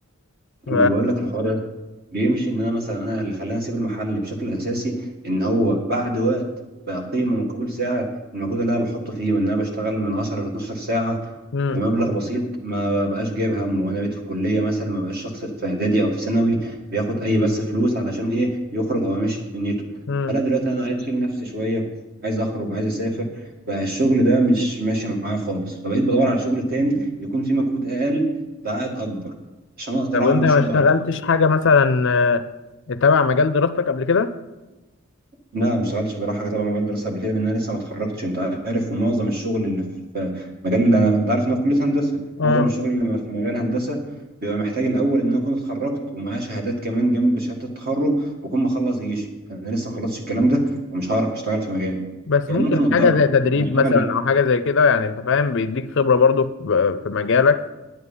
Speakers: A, on the left; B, on the right.
A: ف
B: ما انا بقول لك الحوار ده بيمشي ان انا مثلا انا اللي خلاني اسيب المحل بشكل اساسي ان هو بعد وقت بقى قيمه مقابل سعر المجهود اللي انا بحطه فيه وان انا بشتغل من 10 ل 12 ساعه
A: مم.
B: بمبلغ بسيط ما بقاش جايب هم وانا بقيت في كليه مثلا ما بقاش شخص في اعدادي او في ثانوي بياخد اي بس فلوس علشان ايه يخرج او يمشي دنيته
A: مم.
B: فلا دلوقتي انا عايز اشيل نفسي شويه عايز اخرج عايز اسافر بقى الشغل ده مش ماشي معايا خالص فبقيت بدور على شغل تاني يكون فيه مجهود اقل بعائد اكبر عشان اقدر
A: طب وانت
B: اعمل
A: ما
B: شغل
A: اشتغلتش
B: اكتر
A: حاجه مثلا آه، تبع مجال دراستك قبل كده
B: لا ما اشتغلتش بصراحه تبع مجال الدراسه قبل كده لان انا لسه ما اتخرجتش انت عارف ومعظم الشغل اللي في مجال اللي انا انت عارف ان انا في كليه هندسه
A: اه
B: معظم الشغل اللي في مجال هندسه بيبقى محتاج الاول ان انا اكون اتخرجت ومعايا شهادات كمان جنب شهاده التخرج واكون مخلص جيشي فانا لسه ما خلصتش الكلام ده ومش هعرف اشتغل في مجال
A: بس
B: يعني
A: ممكن
B: ممكن اتدرب
A: حاجه زي تدريب
B: لكن اشتغل
A: مثلا او حاجه زي كده يعني انت فاهم بيديك خبره برضو في في مجالك